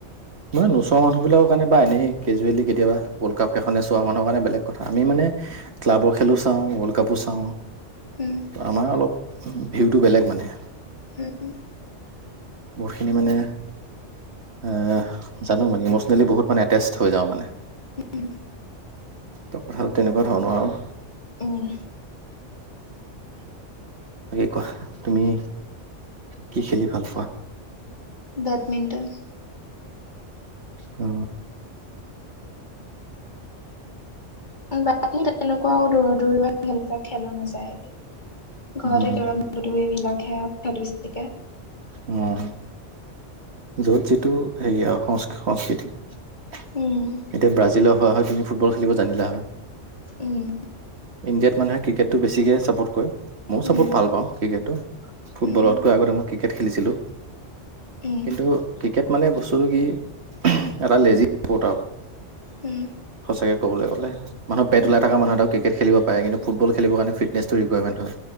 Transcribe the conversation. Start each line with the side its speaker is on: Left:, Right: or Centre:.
Right: নহয় নোচোৱা মানুহ বিলাকৰ কাৰণে বা এনেই কেজুৱেলি কেতিয়া়বা ৱৰ্লড কাপ এখনে চোৱা মানুৰ কাৰণে বেলেগ। কথা আমি মানে ক্লাব খেলো চাওঁ ৱৰ্ল্ড কাপো চাওঁ।
Left: উম।
Right: আমাৰ অলপ ভিউটো বেলেগ মানে।
Left: উ উম।
Right: বহুতখিনি মানে আহ। জানো মানে ইমচনেলি বহুত মান এতেচ হৈ যাওঁ মানে।
Left: উম
Right: ত কথাটো তেনেকুৱা ধৰ ন আৰু।
Left: উম
Right: বাকী কোৱা তুমি কি খেলি ভাল পোৱা।
Left: বেডমিণ্টন।
Right: অ।
Left: বাকী তেনেকুৱা দৌৰা দৌৰি খেলবিলাক খেলা নাযায় ঘৰতে
Right: উম
Left: কে <unintelligible> এই বিলাক হেকে
Right: উম যত যিটো হেৰি আৰু সংস্ সংস্কৃতি এতিয়া
Left: উম
Right: ব্ৰাজিলৰ হয় হয় তুমি ফুটবল খেলিব জানিলা হয়
Left: উম
Right: ইণ্ডিয়াত মানুহে ক্ৰিকেটটো বেছিকে ছাপৰ্ট কৰে মই
Left: উম
Right: চাপত ভাল পাওঁ ক্ৰিকেটটো ফুটবলতকৈ
Left: উম
Right: আগতে মই ক্ৰিকেট খেলিছিলোঁ।
Left: উম
Right: কিন্তু ক্ৰিকেট মানে বস্তুটো কি এটা লেজি স্পৰ্ট আৰু
Left: উম
Right: সঁচাকে কবলৈ গ'লে মানুহ পেট ওলাই
Left: উম
Right: থকা মানুহ এটা ক্ৰিকেট খেলিব কিন্তু ফুটবল খেলিবৰ কাৰণে ফিটনেছটো ৰিকুইমেন্ট হয়